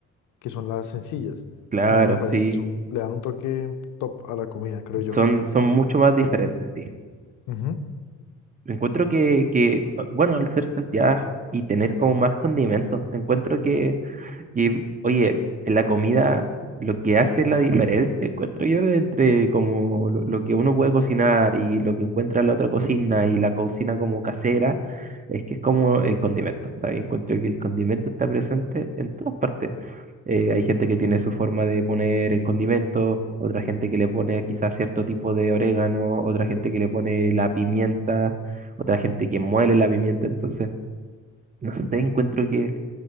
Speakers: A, on the left; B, on the right.
A: que son las sencillas.
B: Claro,
A: No, eso me parece
B: sí,
A: que son, le dan un toque top a la comida, creo yo.
B: son, son mucho más diferentes, sí.
A: Ujú.
B: Encuentro que, que, ah, bueno, al ser salteadas y tener como más condimentos, encuentro que, que, oye, en la comida lo que hace la diferencia, encuentro yo, entre como lo, lo que uno puede cocinar y lo que encuentra en la otra cocina y la cocina como casera, es que es como el condimento, ¿sabes? Encuentro que el condimento está presente en todas partes. Eh, hay gente que tiene su forma de poner el condimento, otra gente que le pone quizás cierto tipo de orégano, otra gente que le pone la pimienta, otra gente que muele la pimienta. Entonces, no sé, encuentro que,